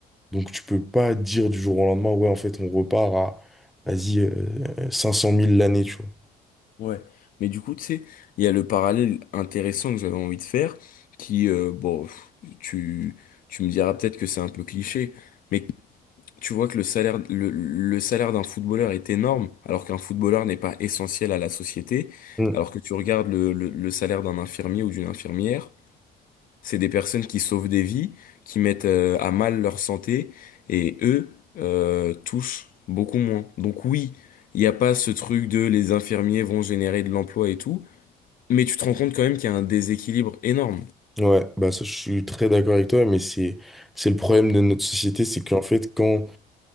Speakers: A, in the centre; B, on the left.
A: Donc, tu peux pas dire du jour au lendemain, ouais, en fait, on repart à, vas-y, euh, 500 000 l'année, tu vois.
B: Ouais, mais du coup, tu sais, il y a le parallèle intéressant que j'avais envie de faire, qui, euh, bon, pff, tu, tu me diras peut-être que c'est un peu cliché, mais tu vois que le salaire, le, le salaire d'un footballeur est énorme, alors qu'un footballeur n'est pas essentiel à la société,
A: Mm.
B: alors que tu regardes le, le, le salaire d'un infirmier ou d'une infirmière, c'est des personnes qui sauvent des vies, qui mettent euh, à mal leur santé et eux euh, touchent beaucoup moins. Donc oui, il n'y a pas ce truc de les infirmiers vont générer de l'emploi et tout, mais tu te rends compte quand même qu'il y a un déséquilibre énorme.
A: Ouais, bah ça, je suis très d'accord avec toi, mais c'est c'est le problème de notre société, c'est qu'en fait, quand,